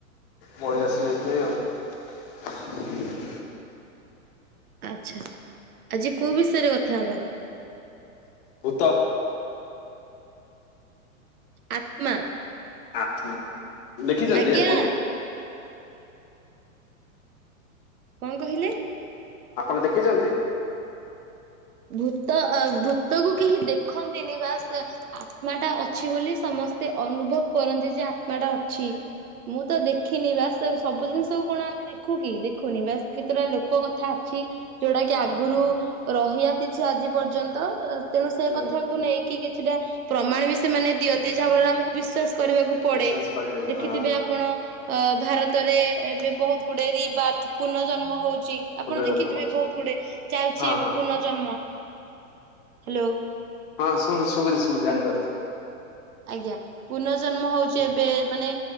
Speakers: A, on the left; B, on the right.
A: ବୟସ ଲଥ ନ ଆଉ।
B: ଆଛା ଆଜି କୋଉ ବିଷୟରେ କଥା ହବା।
A: ଭୁତ।
B: ଆତ୍ମା
A: ଆତ୍ମା ଦେଖିଛନ୍ତି
B: ଆଜ୍ଞା
A: ଆପଣ?
B: କଣ କହିଲେ?
A: ଆପଣ ଦେଖିଛନ୍ତି?
B: ଭୂତ ଭୂତକୁ କେହି ଦେଖନ୍ତିନି ବାସ ଆତ୍ମା ଟା ଅଛି ବୋଲି ସମସ୍ତେ ଅନୁଭବ କରନ୍ତି ଯେ ଆତ୍ମା ଟା ଅଛି ମୁଁ ତ ଦେଖିନି ବାସ ସବୁ ଜିନିଷକୁ କଣ ଆମେ ଦେଖୁ କିି ଦେଖୁନି ବାସ୍ କେତେଟା ଲୋକ କଥା ଅଛି ଯୋଉଟା କି ଆଗରୁ ରହିଆ ଆଜି ପର୍ଯ୍ୟନ୍ତ ତେଣୁ ସେ
A: ହୁଁ
B: କଥାକୁ ନେଇକି କିଛିଟା ପ୍ରମାଣ ବି ସେମାନେ ଦିଅନ୍ତି ଯାହାଫଳରେ ଆମକୁ ବିଶ୍ୱାସ କରିବାକୁ ପଡେ
A: ବିଶ୍ୱାସ କରିବେନି
B: ଦେଖିଥିବେ
A: ହଁ
B: ଆପଣ ଅ ଭାରତ ରେ ଏବେ ବହୁତ ଗୁଡେ ରିବାର୍ଥ ପୁର୍ନଜନ୍ମ ହଉଛି। ଆପଣ
A: ପୁନର୍ଜନ୍ମ
B: ଦେଖିଥିବେ
A: ହଉଛି।
B: ବହୁତ ଗୁଡେ ଚାଲିଛି
A: ହଁ
B: ଏବେ
A: ହଁ
B: ପୁର୍ନଜନ୍ମ। ହାଲୋ।
A: ହଁ ଶୁ ଶୁବୁଛି ଶୁବୁଛି ଜାଣିପାରୁଛି।
B: ଆଜ୍ଞା ପୁର୍ନଜନ୍ମ ହଉଛି ଏବେ ମାନେ